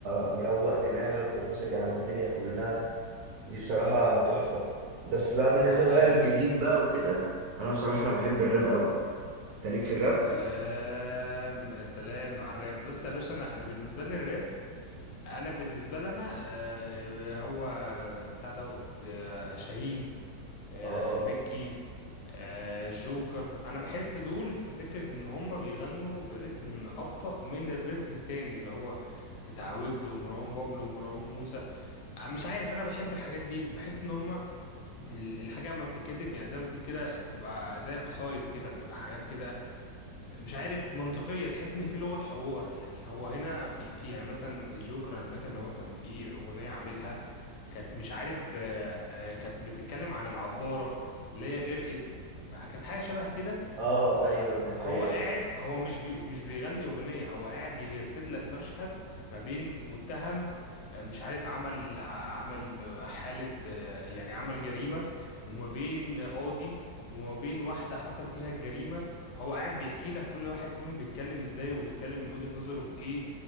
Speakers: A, on the right (about 70°); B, on the left (about 75°).
A: مروق دماغك وفاصل عن الدنيا كلها دي بصراحه تحفه بس بقى بالنسبه
B: ده حقيقي
A: بقى للجديد
B: فعلا.
A: بقى وكده انا بصراحه
B: مم.
A: انا بحب الراب قوي انت ليك في
B: يا سلام يا سلام على الراب بص يا باشا انا انا بالنسبه لي الراب انا بالنسبه لي انا آه، هو بتاع دوت آه، شاهين آه،
A: الراب
B: ميكي آه، جوكر انا بحس دول في فكرة ان هم بيغنوا برتم ابطأ من الرتم التاني اللي هو بتاع ويجز ومروان بابلو ومروان موسى آه، مش عارف انا بحب الحاجات دي بحس ان هم ال- الحاجة اما بتتكتب يعني زي ما بتقول كده بتبقى زي قصايد كده بتبقى حاجات كده مش عارف منطقية تحس ان في لغة حوار يعني هو هنا في في يعني مثلا الجوكر انا فاكر ان هو كان في اغنية عاملها كانت مش عارف آه، آه، كانت بتتكلم عن العبارة اللي هي غرقت فكانت حاجة شبه كده
A: اه
B: فهو
A: ايوه دي حقيقة
B: قاعد هو مش بي مش بيغني أغنية هو قاعد بيجسد لك مشهد ما بين متهم آه، مش عارف عمل ع- عمل آه، حالة آه، يعني عمل جريمة وما بين قاضي وما بين واحدة حصل فيها الجريمة هو قاعد بيحكي لك كل واحد فيهم بيتكلم ازاي وبيتكلم من وجهة نظره في ايه